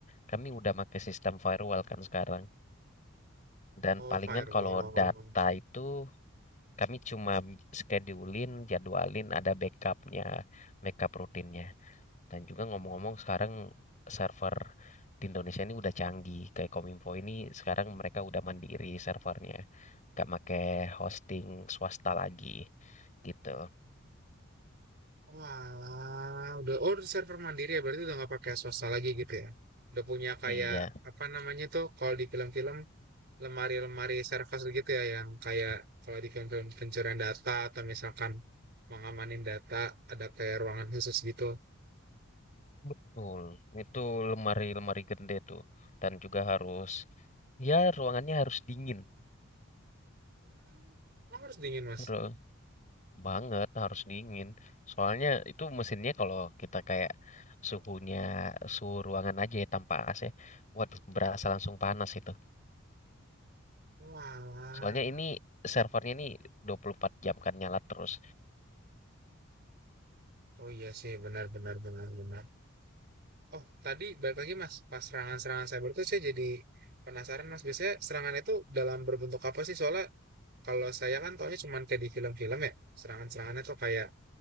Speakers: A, on the left; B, on the right.
A: kami udah pakai sistem firewall kan sekarang dan
B: Oh,
A: palingan
B: firewall.
A: kalau data itu kami cuma schedulein jadwalin ada backupnya backup rutinnya Dan juga ngomong-ngomong sekarang server di Indonesia ini udah canggih. Kayak Kominfo ini sekarang mereka udah mandiri servernya. Gak make hosting swasta lagi gitu.
B: Walah, udah oh udah server mandiri ya berarti udah nggak pakai swasta lagi gitu ya. Udah punya kayak
A: Iya,
B: apa namanya tuh kalau di film-film lemari-lemari service gitu ya yang kayak kalau di film-film pencurian data atau misalkan mengamanin data ada kayak ruangan khusus gitu.
A: betul. Itu lemari-lemari gede tuh. Dan juga harus, ya ruangannya harus dingin.
B: Hmm. Oh, harus dingin, Mas.
A: Ru- Banget harus dingin. Soalnya itu mesinnya kalau kita kayak suhunya suhu ruangan aja ya tanpa AC, waduh berasa langsung panas itu.
B: Walah.
A: Soalnya ini servernya ini 24 jam kan nyala terus.
B: Oh iya sih, benar benar benar benar. Oh, tadi balik lagi Mas, pas serangan-serangan cyber itu saya jadi penasaran Mas, biasanya serangan itu dalam berbentuk apa sih? Soalnya kalau saya kan taunya cuman kayak di film-film ya, serangan-serangannya tuh kayak